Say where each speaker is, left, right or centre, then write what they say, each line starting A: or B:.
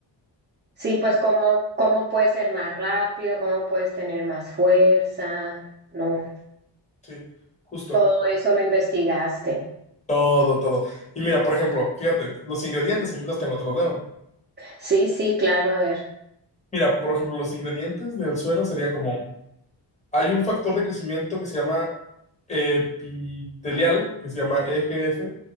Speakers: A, on the right; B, on the left.
A: Sí, pues cómo, cómo puedes ser más rápido, cómo puedes tener más fuerza, ¿no?
B: Sí, justo.
A: Todo eso lo investigaste.
B: Todo, todo. Y mira, por ejemplo, fíjate, los ingredientes, aquí los tengo, te los leo.
A: Sí, sí, claro, a ver.
B: Mira, por ejemplo, los ingredientes del suero sería como, hay un factor de crecimiento que se llama epitelial, que se llama EGF,